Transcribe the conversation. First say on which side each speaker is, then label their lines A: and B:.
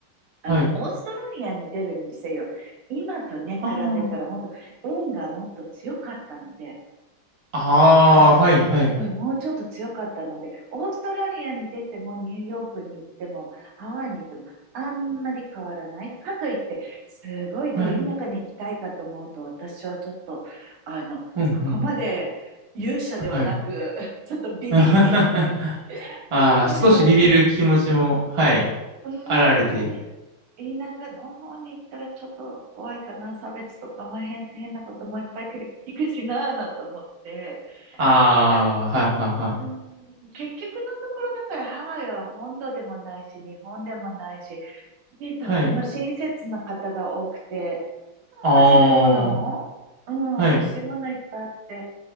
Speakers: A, on the right; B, on the right.
A: あの、
B: はい
A: オーストラリアに出るにせよ、今とね、比べたら、
B: あ
A: 本当縁がもっと強かったので、
B: あ、
A: あの、
B: ああ、はい、はい、
A: うん、もうちょっと強かったので、オーストラリアに出ても、ニューヨークに行っても、ハワイに行っても、あんまり変わらない。かといって、すごいど田舎に行きたいかと思うと、
B: はい、
A: 私はちょっと、あの、
B: うん、
A: そこまで勇者ではなく、
B: うん、はい。
A: <laughs> ちょっとビビリ、
B: <laughs> ああ、
A: <laughs> ビビリなので、
B: 少しビビる気持ちも、はい、
A: うーん、
B: あられて。
A: まあね田舎の方に行ったらちょっと怖いかな。差別とか、まあ、変、変なこともいっぱい来る聞くしなぁなんて思って。
B: ああ、
A: え
B: はい、はい、
A: うーん、結局のところだからハワイは本土でもないし、日本でもないし、ね、とっても親切な方が多くて、
B: はい。はい。
A: まあ、
B: ああ、
A: まあ食べ物も、うん、
B: はい。
A: 美味しいものいっぱいあって、